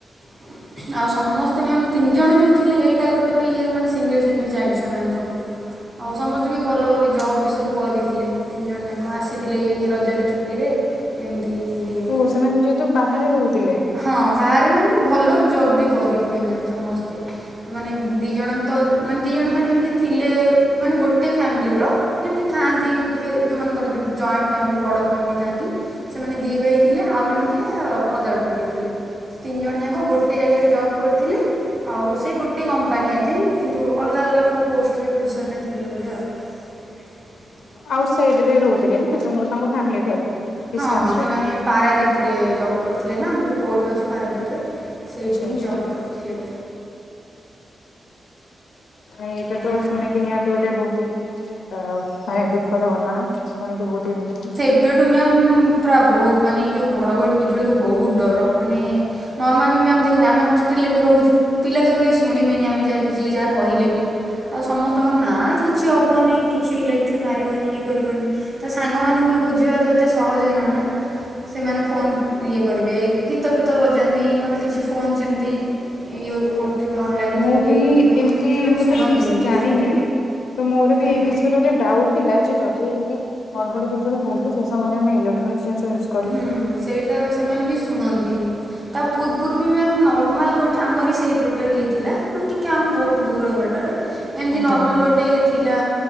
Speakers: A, on the right; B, on the left.
A: <inaudible> ଆଉ ସମସ୍ତେ ମ୍ୟାମ୍ ତିନି ଜଣ ଯୋଉ ଥିଲେ ଏଇଟା ଗୋଟେ ବି ଇୟେ ମାନେ ସୀଙ୍ଗେଲ ସିଙ୍ଗେଲ ଚାଇଲ୍ଡ ସେମାନେ ସବୁ। ଆଉ ସମସ୍ତେ ବି ଭଲ ଭଲ ଜବ୍ ବି ସବୁ କରିଥିଲେ ତିନି ଜଣ ଯାକ ଆସିଥିଲେ ଏଇ ରଜରେ ଛୁଟି ଟିରେ ଏମିତି ହେଇଗଲା।
B: ଓ ସେମାନେ ଯେହେତୁ ବାହାରେ ରହୁଥିଲେ
A: ହଁ ବାହାରେ ମାନେ ଭଲ ଜବ ବି କରିଥିଲେ ମ୍ୟାମ୍ ସମସ୍ତେ। ମାନେ ଦୁଇ ଜଣ ତ ମାନେ ଦୁଇ ଜଣ ମାନେ ଏମିତି ଥିଲେ ମାନେ ଗୋଟେ ଫ୍ୟାମିଲିର ଯେମିତି ଥାଆନ୍ତି ଟିକେ ଯୋଉ ମାନଙ୍କର ଜଏଣ୍ଟ ଫ୍ୟାମିଲି ବଡ ଫାମିଲି ଥାନ୍ତି ସେମାନେ ଦି ଭାଇ ଥିଲେ ଆଉ ଜଣେ କିଏ ଅଦର ଟିକେ ଥିଲେ। ତିନି ଜଣ ଯାକ ଗୋଟେ ଜାଗାରେ ଜବ୍ କରୁଥିଲେ। ଆଉ ସେ ଗୋଟେ କମ୍ପାନୀ ଆଇ ଥିଙ୍କ୍ କିନ୍ତୁ ଅଲଗା ଅଲଗା କେଉଁ ପୋଷ୍ଟରେ ପୋଜିସନ୍ରେ ଥିଲେ ବୋଧେ ଆଉ। ହଁ
B: ଆଉଟ୍ ସାଇଡ ରେ ରହୁଥିଲେ ନା ଫାମିଲ ଠାରୁ
A: ହଁ
B: ଡିଷ୍ଟାନ୍ସ
A: ହଁ
B: ରେ
A: ସେମାନେ ପାରାଦୀପରେ ଜବ୍ କରିଥିଲେ ନା ଆମର ଯେଉଁ ପୁଅଟ ଅଛି ପାରାଦୀପରେ। ସେଇଠି
B: ଆଚ୍ଛା
A: ହିଁ
B: ଆଚ୍ଛା
A: ଜବ୍ କରୁଥିଲେ।
B: ଏଇଟା
A: ଏଇଆ
B: ତ
A: ଆଉ।
B: ଶୁଣିକି ନିହାନ୍ତି ଗୋଟେ ବହୁତ ଅ ମାନେ ଦୁଃଖଦ ଘଟଣା ଶୁଣିକି ବହୁତ ହିଁ ଦୁଃଖ।
A: ଏବେଠୁ ମ୍ୟାମ୍ ପୁରା ବହୁତ ମାନେ ଏଇ ଯେଉଁ ଘଡ଼ଘଡ଼ି ବିଜୁଳିକୁ ବହୁତ ଡର ମାନେ ନର୍ମାଲ ବି ମ୍ୟାମ୍ ଦେଖନ୍ତୁ ଆମେ ହଷ୍ଟେଲରେ ଏବେ ରହୁଛୁ। ପିଲା ତ କେହି ଶୁଣିବେନି ଆମେ ଯାହା ଯିଏ ଯାହା କହିଲେ ବି। ଆଉ ସମସ୍ତଙ୍କ ନାଁ କିଛି ହବନି। କିଛି ଇଲେକ୍ଟ୍ରି ମାରିବନି ଇଏ କରିବନି ତ ସାଙ୍ଗମାନଙ୍କୁ ବି ବୁଝିବା ତ ଏତେ ସହଜ ନୁହେଁ ନା ସେମାନେ ଫୋନ୍ ଇଏ କରିବେ ଗୀତ ଫିତ ବଜାନ୍ତି ନହେଲେ କିଛି ଫୋନ୍ ସେମିତି <unintelligible> ଥିବେ ଅନଲାଇନ୍।
B: ମୁଁ
A: ଥିବେ
B: ବି
A: ଇଏ କରୁଥିବେ
B: ଏମିତି
A: ସେମାନେ
B: ମୁଁ
A: ଶୁଣନ୍ତିନି
B: ତ ଠିକ ସେ ଜାଣିନି
A: କେହି କେବେ
B: ତ ମୋର ବି
A: ଆଜ୍ଞା
B: ଏଇ ବିଷ ସେ ଗୋଟେ ଡାଉଟ ଥିଲା ଯେ ଯଦି ଏମିତିଡଘଡି ବ ବିଜୁଳି ହଉଛି ସେ ସମୟରେ ଆମେଲେକ୍ଟ୍ରୋନିକ
A: ହୁଁ ସେଇଟା ସେମାନେ ବି ଶୁଣନ୍ତିନି। ତା ପୂର୍ବରୁ ବି ମ୍ୟା ନର୍ମାଲ ଗୋଟେ ଆମର ସେଇ ପଟରେ ହେଇଥିଲା ମାନେ ଟିକେ ଆମ ଘରଠୁ ଦୂର ହେବା ବାଟେ। ଏମିତି
B: ଆଜ୍ଞା
A: ନର୍ମାଲ ଗୋଟେ ଥିଲା